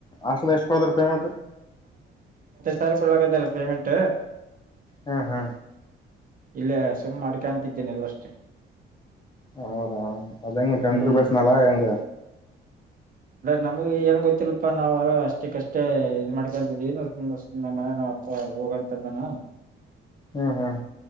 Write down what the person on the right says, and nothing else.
ಸರ್ ಕೊೊಳ್ಳಕದಾರ ಪೇಮೆಂಟ್
ಇಲ್ಲೇ ಸುಮ್ಮ್ ಮಾಡ್ಕಂತಿದ್ದೇನೆ ಎಲ್ಲಷ್ಟೇ
ಹ್ಮ್
ನಮ್ಗೆ ಏನ್ ಗೊತ್ತಿಲ್ಪ ನಾವ್ ಅಷ್ಟಕ್ಕಷ್ಟೇ ಇದ್ ಮಾಡ್ಕೊಂತಿದೀ ನಮ್ಮ ಮನೆ ನ್ ಅಪ್ಪ ಹೋಗಂತಂದಾನ